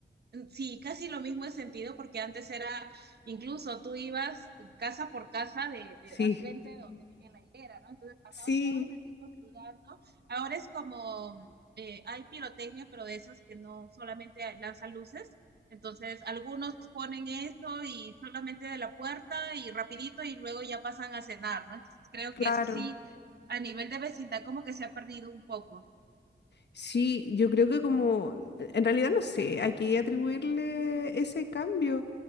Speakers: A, on the right; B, on the left.
A: sí, casi lo mismo en sentido, porque antes era, incluso tú ibas casa por casa de, de
B: Sí,
A: al frente donde, en la hilera, ¿no? Entonces pasabas
B: sí,
A: todo el tiempo saludando. Ahora es como, eh, hay pirotecnia, pero de esas que no solamente lanzan luces. Entonces, algunos ponen esto y solamente de la puerta y rapidito y luego ya pasan a cenar, ¿no? Entonces, creo
B: claro.
A: que eso sí, a nivel de vecindad, como que se ha perdido un poco.
B: Sí, yo creo que como, en realidad no sé a qué atribuirle ese cambio.